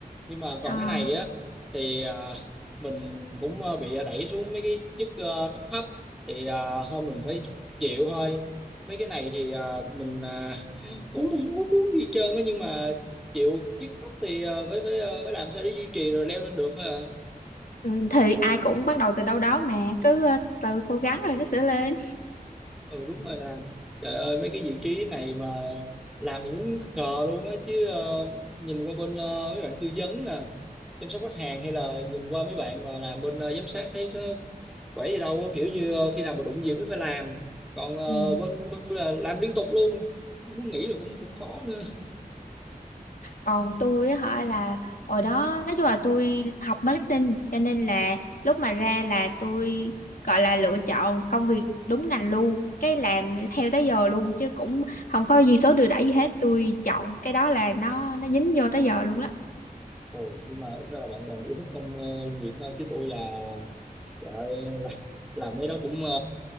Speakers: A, in the centre; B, on the left.
A: nhưng mà còn
B: À,
A: cái này á thì ờ, mình cũng ờ, bị đẩy xuống mấy cái chức ờ, thấp thấp thì à, thôi mình phải chịu thôi mấy cái này thì à, mình à, <laughs> cũng không có muốn gì hết trơn á nhưng mà chịu chiếc khóc thì à, phải phải à, phải làm sao để duy trì rồi leo lên được thôi à
B: ừ, thì ai cũng bắt đầu từ đâu đó mà cứ ờ, từ cố gắng rồi nó sẽ lên.
A: ừ đúng rồi nè trời ơi mấy cái vị trí này mà làm mình cũng khờ luôn á chứ ờ, nhìn qua bên ờ, mấy bạn tư vấn nè chăm sóc khách hàng hay là nhìn qua mấy bạn mà làm bên ờ, giám sát thấy nó khỏe gì đâu á, kiểu như ờ, khi nào mà đụng việc mới phải làm còn ờ,
B: Ừ.
A: bên bên tôi là làm liên tục luôn muốn nghỉ là cũng cũng khó nữa
B: Còn tôi á hỏi là hồi đó nói chung là tôi học marketing cho nên là lúc mà ra là tôi gọi là lựa chọn công việc đúng ngành luôn. cái làm theo tới giờ luôn chứ cũng không có gì số đưa đẩy gì hết tôi chọn cái đó là nó nó dính vô tới giờ luôn đó
A: Ồ, nhưng mà ít ra là bạn còn yêu thích công ờ, việc ha chứ tôi là rồi ơi, làm, làm mấy đó cũng ờ,